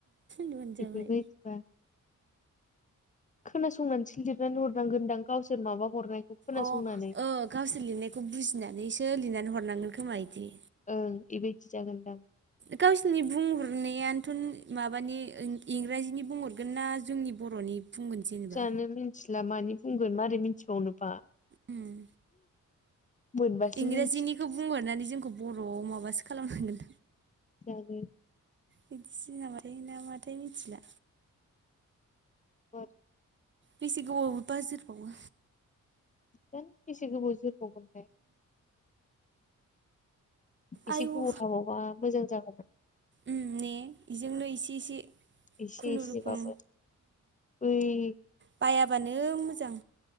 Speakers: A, on the right (about 35°); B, on the left (about 25°).
A: मोन
B: बेफोरबायदिबा
A: जाबाय
B: खोनासंनानैसो लिरनानै हरनांगोन दां गावसोर माबा हरनायखौ खोनासंनानै
A: अ गावसोर लिरनायखौ बुजिनानैसो लिरनानै हरनांगोन खोमा बिदि
B: ओं बेबायदि जागोनदां
A: गावसोरनि बुंहरनायानोथ' माबानि इंराजिनि बुंहर न ना जोंनि बर'नि जेनेबा
B: जानो मिथिला मानि बुंगोन मारै मिथिबावनोबा
A: उम
B: मोनबासो
A: इंराजिनिखौ
B: मिथिगोन
A: बुंहरनानै जोंखौ बर'आव माबासो खालामनांगोन
B: जागोन
A: बायदिसिना माबायो नामाथाय मिथिला
B: <inaudible>
A: बेसे गोबावबो बाजार हमो
B: बेसे गोबाव जोरबावगोनथाय एसे
A: आयौ
B: गोबाव थाबावबा मोजां जागौमोन
A: उम ने बेजोंनो इसे इसे
B: एसे
A: खुनुरुखुम
B: एसेबाबो बै
A: बायाबानो मोजां